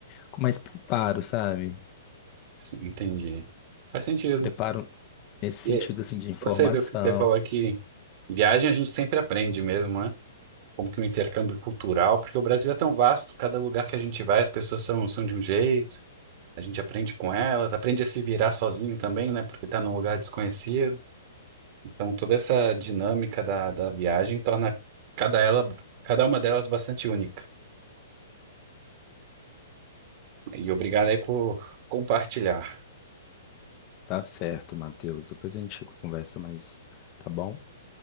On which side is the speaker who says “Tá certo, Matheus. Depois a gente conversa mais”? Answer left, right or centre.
Left